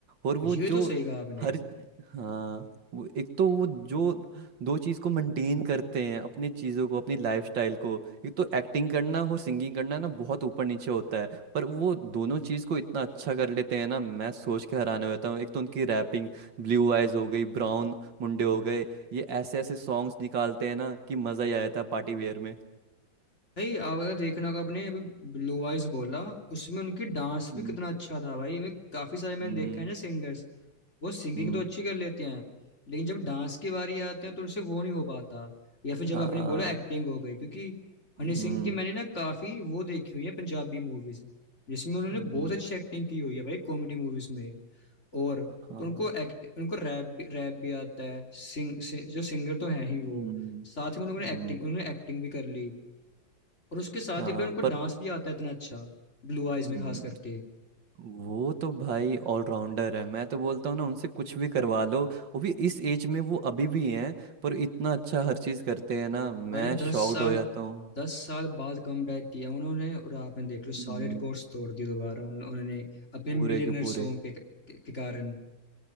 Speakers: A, on the right; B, on the left.
A: और वो
B: ये
A: जो
B: तो सही कहा आपने
A: हर हाँ वो एक तो वो जो दो चीज़ को मेंटेन करते हैं अपनी चीज़ों को अपनी लाइफस्टाइल को एक तो एक्टिंग करना और सिंगिंग करना ना बहुत ऊपर नीचे होता है पर वो दोनों चीज़ को इतना अच्छा कर लेते हैं ना मैं सोच के हैरान हो जाता हूँ एक तो उनकी रैपिंग ब्लू आइज हो गई ब्राउन मुंडे हो गए ये ऐसे ऐसे सॉन्ग्स निकालते हैं ना कि मजा ही आ जाता है पार्टी वेयर में
B: भाई आप अगर देखना होगा आपने अभी ब्लू आइज बोला उसमें उनकी डांस
A: हम्म
B: भी कितना अच्छा था भाई वे काफी सारे मैंने
A: हम्म
B: देखा है ना सिंगर्स वो सिंगिंग
A: हम्म
B: तो अच्छी कर लेते हैं लेकिन जब डांस की बारी आते हैं तो उनसे वो नहीं हो पाता या फिर जब
A: हाँ
B: आपने बोला एक्टिंग हो गई क्योंकि हनी सिंह
A: हम्म
B: की मैंने ना काफी वो देखी हुई है पंजाबी मूवीज जिसमें उन्होंने
A: हम्म,
B: बहुत अच्छी एक्टिंग की हुई है भाई कॉमेडी मूवीज में और
A: हाँ
B: तो उनको एक्ट उनको रैप भी रैप भी आता है सिंग, सि, जो सिंगर तो है ही वो
A: हम्म
B: साथ में उन्होंने
A: हम्म,
B: एक्टिंग उन्होंने एक्टिंग भी कर ली और उसके साथ
A: हाँ
B: ही अपने उनको डांस
A: पर
B: भी आता है इतना अच्छा ब्लू
A: हम्म,
B: आइज में खास करके
A: वो तो भाई ऑलराउंडर है मैं तो बोलता हूँ ना उनसे कुछ भी करवा लो वो भी इस एज में वो अभी भी हैं पर इतना अच्छा हर चीज़ करते हैं ना मैं
B: भाई दस
A: शॉक्ड
B: साल
A: हो जाता हूँ
B: दस साल बाद कम बैक किया उन्होंने और आपने देख लो सारे
A: हम्म,
B: रिकॉर्ड्स तोड़ दिए दोबारा उन- उन्होंने अपने
A: पूरे
B: मिलियनर
A: के पूरे
B: सॉन्ग के, के, के कारण